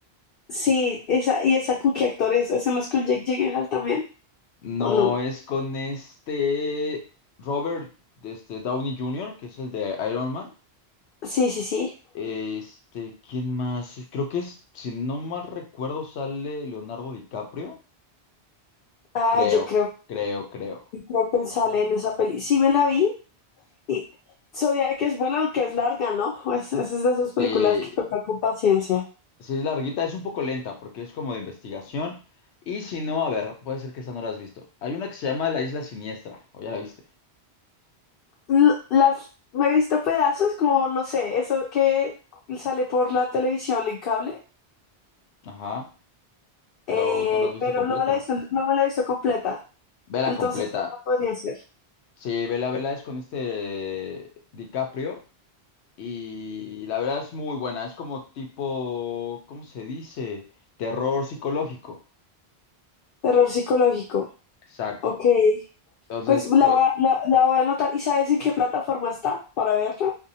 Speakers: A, on the left (about 65°); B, on the left (about 85°).
A: Sí, esa, y esa con qué actores, ¿es en los con Jake Gyllenhaal también?
B: No
A: ¿O no?
B: es con este Robert este, Downey Jr., que es el de Iron Man.
A: Sí, sí, sí.
B: Este, ¿quién más? Es- Creo que es, si no mal recuerdo, sale Leonardo DiCaprio.
A: Ah,
B: Creo,
A: yo creo,
B: creo, creo.
A: creo que él sale en esa peli. Sí me la vi, Y Zodiac es buena, aunque es larga, ¿no? Es, es de esas
B: Sí,
A: películas que toca con paciencia.
B: sí es larguita, es un poco lenta porque es como de investigación. Y si no, a ver, puede ser que esa no la has visto. Hay una que se llama La Isla Siniestra, o ya la viste.
A: L- Las, me he visto pedazos, como, no sé, eso que sale por la televisión en cable,
B: Ajá, pero
A: eh,
B: no la has visto
A: pero
B: completa.
A: no me la he visto, no me la he visto completa.
B: Vela
A: Entonces,
B: completa.
A: esa podría ser.
B: Sí, vela, vela es con este eh, DiCaprio. Y la verdad es muy buena, es como tipo, ¿cómo se dice? Terror psicológico.
A: Terror psicológico.
B: Exacto.
A: Ok.
B: Entonces,
A: Pues la
B: pues,
A: voy a, la, la voy a anotar. ¿Y sabes en qué plataforma está para verla?